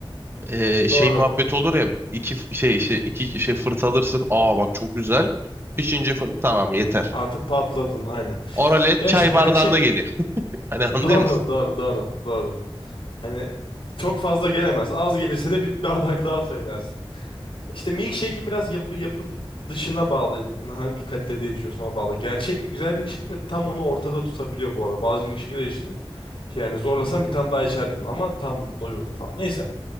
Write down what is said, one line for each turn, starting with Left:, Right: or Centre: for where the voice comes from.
Right: e, şey
Left: doğru.
Right: muhabbet olur ya İki f- şey işte iki şey fırt alırsın. Aa bak çok güzel. Üçüncü fırt tamam yeter.
Left: Artık patladın aynen.
Right: Oralet
Left: Ya
Right: çay
Left: işte gerçek
Right: bardağında geliyor. <laughs>
Left: <laughs>
Right: Hani
Left: doğru
Right: anlıyor musun?
Left: doğru doğru doğru. Hani çok fazla gelemez. Az gelirse de bir bardak daha söylersin. İşte milkshake'in biraz yapı yapılışına bağlı. Hangi kalitede içiyorsun ona bağlı. Gerçek bir güzel milkshake böyle tam onu ortada tutabiliyor bu arada. Bazı milkshake'ler içtim. Yani zorlasam bir tane daha içerdim ama tam doyurdu falan. Neyse.